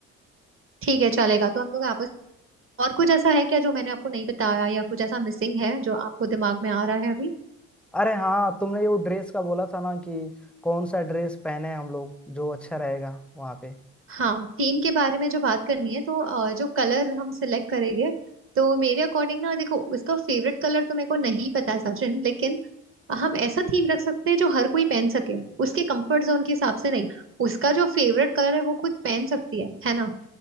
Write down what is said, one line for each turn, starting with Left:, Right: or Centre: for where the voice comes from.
Right: ठीक है चलेगा तो हम लोग आपस और कुछ ऐसा है क्या जो मैंने आपको नहीं बताया या कुछ ऐसा मिसिंग है जो आपको दिमाग में आ रहा है अभी
Centre: अरे हाँ तुमने वो ड्रेस का बोला था ना कि कौन सा ड्रेस पहने हम लोग जो अच्छा रहेगा वहाँ पे
Right: हाँ थीम के बारे में जो बात करनी है तो अ, जो कलर हम सिलेक्ट करेंगे तो मेरे अकॉर्डिंग ना देखो उसका फेवरेट कलर तो मेरे को नहीं पता सचिन लेकिन हम ऐसा थीम रख सकते हैं जो हर कोई पहन सके उसके कंफर्ट जोन के हिसाब से नहीं उसका जो फेवरेट कलर है वो खुद पहन सकती है है ना